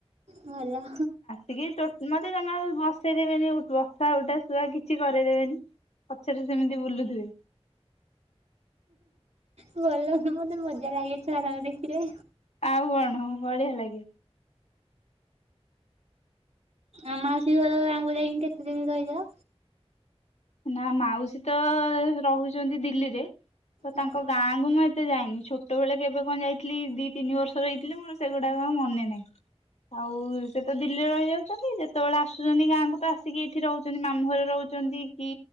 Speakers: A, on the right (about 75°); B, on the left (about 80°).
A: ଭଲ।
B: ଟିକି ତ ମତେ ଜମାରୁ ବସେଇ ଦେେବେନି ବସା ଉଟା ଶୁଆ କିଛି କରାଇଦେବେନି ପଛରେ ସେମିତି ବୁଲୁଥିବେ।
A: ଭଲ ମତେ ମଜା ଲାଗେ ଛୁଆ ରାଙ୍କୁ ଦେଖିରେ
B: ଆଉ କଣ ହ ବଢିଆ ଲାଗେ।
A: ଆ ମାଉସୀ ଘର ଆଙ୍ଗୁ ଯାଇକି କେତେ ଦିନ ରହିଯାଅ?
B: ନା ମାଉସୀ ତ ରହୁଛନ୍ତି ଦିଲ୍ଲୀରେ ତ
A: ହଁ
B: ତାଙ୍କ ଗାଁ ତାଙ୍କୁ ମୁଁ ଏତେ ଯାଇନି ଛୋଟବେେଳେ କେବେ କଣ ଯାଇଥିଲି ଦି ତିନିର୍ଷ ହେଇଥିଲେ ମୋର ସେଗୁଡାକ ମନେ ନାହିଁ। ଆଉ ସେ ତ ଦିଲ୍ଲୀରେ ରହି ଯାଉଚି। ଆଛନ୍ତି ଯେତେବେଳେ ଆସୁଛନ୍ତି ଗାଁକୁ ତ ଆସିକି ଏଇଠି ରହୁଛନ୍ତି ମାମୁଁ ଘରେ ରହୁଛନ୍ତି। କି